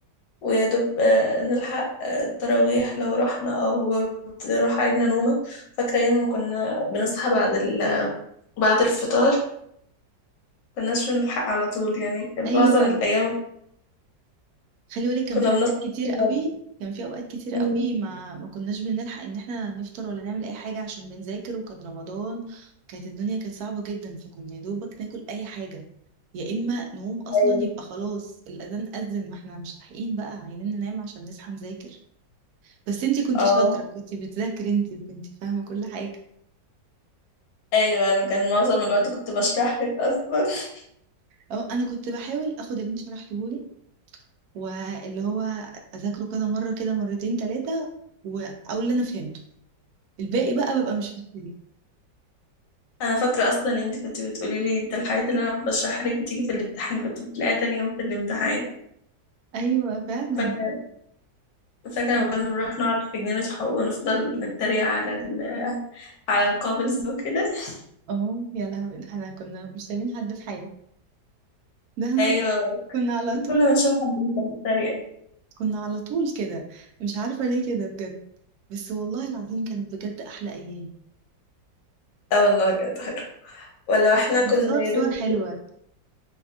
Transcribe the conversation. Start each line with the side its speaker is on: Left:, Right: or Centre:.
Left: ويا دوب آه، نلحق آه، التراويح لو رحنا او بتروح علينا نومة فاكرة ايام ما كنا بنصحى بعد ال... بعد الفطار كناش بنلحق على طول يعني كانت
Right: ايوه
Left: معظم الايام
Right: خلي بالك كان
Left: كنا
Right: في اوقات
Left: بنصحى
Right: كتير
Left: بعد
Right: قوي كان في اوقات كتير قوي
Left: الفطار.
Right: ما ما كناش بنلحق ان احنا نفطر ولا نعمل اي حاجه عشان بنذاكر وكان رمضان كانت الدنيا كانت صعبه جدا فكنا يا دوبك ناكل اي حاجه يا اما نقوم اصلا
Left: ايوه
Right: يبقى خلاص الاذان اذن ما احنا مش لاحقين بقى عايزين ننام عشان نصحى نذاكر بس انتي كنتي
Left: اه
Right: شاطره كنتي بتذاكري انتي وكنتي فاهمه كل حاجه
Left: ايوه انا كان معظم الوقت كنت بشرح لك اصلا <laughs>
Right: أو انا كنت بحاول اخد اللي انت شرحتهولي واللي هو اذاكره كذا مره كده مرتين ثلاثه واقول اللي انا فهمته الباقي بقى ببقى مش فاكره
Left: انا فاكره اصلا ان انت كنت بتقولي لي ده الحاجات اللي انا بشرحها لك بتيجي في الامتحان كنت بتلاقيها تاني يوم في الامتحان
Right: ايوه فعلا
Left: فاكره فاكره لما كنا بنروح نقعد في جنينه حقوق ونفضل نتريق على ال... على القابلز وكده <laughs>
Right: اه يا لهوي ده احنا كنا مش سايبين حد في حاله ده احنا
Left: ايوه
Right: كنا على طول
Left: كل ما نشوف حد نفضل نتريق
Right: كنا على طول كده مش عارفه ليه كده بجد بس والله العظيم كانت بجد احلى ايام
Left: اه والله كانت حلوه ولا
Right: كنا
Left: احنا
Right: بنصور
Left: كنا
Right: صور
Left: يا دوب
Right: حلوه